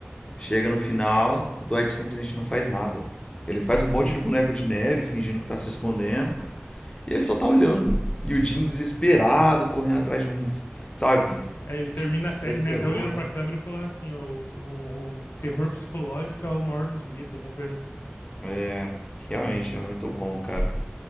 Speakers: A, on the left (about 20°); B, on the left (about 80°).
A: Chega no final, o Dwight simplesmente não faz nada. Ele faz um monte de boneco de neve, fingindo que tá se escondendo, e ele só tá olhando. E o Jim desesperado, correndo atrás de um, sabe,
B: É, ele termina
A: super
B: a série,
A: terror.
B: né, até olhando pra câmera e falando assim, o, o, o terror psicológico é o maior dos medos, alguma coisa assim.
A: É, realmente é muito bom, cara.